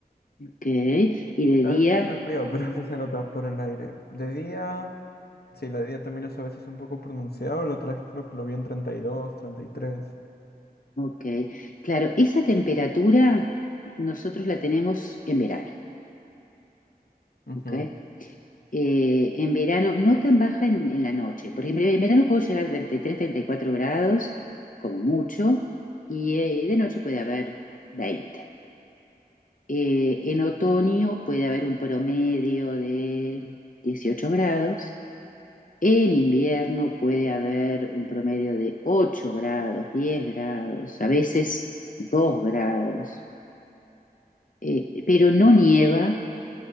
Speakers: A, on the left; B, on the left.
A: ¿ok? Y de
B: Tal
A: día
B: vez no sea frío, <laughs> pero sí se nota por el aire. De día, sí, la de día también es a veces un poco pronunciado, la otra vez creo que lo vi en 32, 33.
A: Ok, claro, esa temperatura nosotros la tenemos en verano,
B: Ujú.
A: ¿ok? Eh, en verano, no tan baja en, en la noche. Por ejemplo, en verano puedo llegar a 33, 34 grados, como mucho, y eh, de noche puede haber 20. Eh, en otoño puede haber un promedio de 18 grados. En invierno puede haber un promedio de 8 grados, 10 grados, a veces 2 grados. eh, pero no nieva,